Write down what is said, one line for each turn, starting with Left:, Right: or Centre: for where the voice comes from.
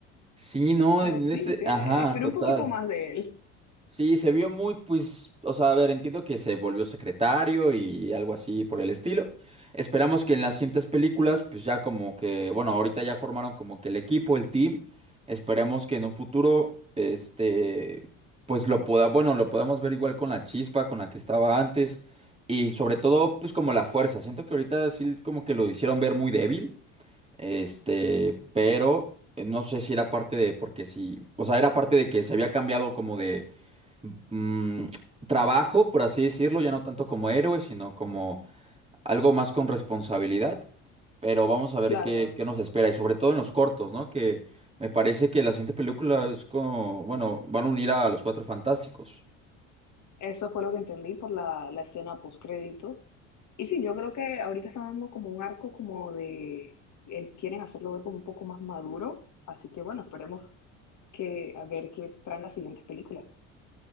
Right: sí, ¿no?
Left: Pero
Right: En
Left: sí,
Right: ese,
Left: sí,
Right: ajá,
Left: eh, esperé
Right: total.
Left: un poquito más de él.
Right: Sí, se vio muy, pues, o sea, a ver, entiendo que se volvió secretario y algo así por el estilo. Esperamos que en las siguientes películas, pues ya como que, bueno, ahorita ya formaron como que el equipo, el team. Esperemos que en un futuro, este, pues lo pueda, bueno, lo podamos ver igual con la chispa con la que estaba antes y sobre todo, pues como la fuerza. Siento que ahorita sí como que lo hicieron ver muy débil, este, pero eh, no sé si era parte de, porque sí, o sea, era parte de que se había cambiado como de mm, trabajo, por así decirlo, ya no tanto como héroe, sino como algo más con responsabilidad. Pero vamos a ver
Left: Claro.
Right: qué, qué nos espera, y sobre todo en los cortos, ¿no? Que me parece que la siguiente película es como, bueno, van a unir a los Cuatro Fantásticos.
Left: Eso fue lo que entendí por la, la escena post créditos. Y sí, yo creo que ahorita están dando como un arco como de, eh, quieren hacerlo ver como un poco más maduro. Así que bueno, esperemos que a ver qué traen las siguientes películas.